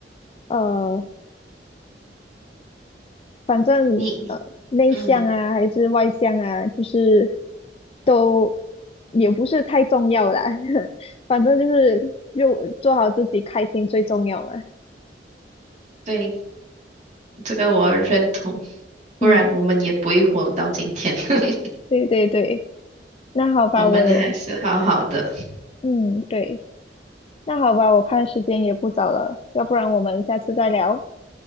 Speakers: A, on the left; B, on the right.
A: 呃，反正呃，
B: 你你
A: 内向啊还是外向啊，
B: 嗯，
A: 就是都也不是太重要啦。<laughs> 反正就是就做好自己，开心最重要嘛。
B: 对，这个我认同，不然我们也不会活到今天，
A: 嗯，
B: <laughs>
A: 对对对，那好吧，
B: 我们还是好好的。
A: 我有，嗯，对，那好吧，我看时间也不早了，要不然我们下次再聊。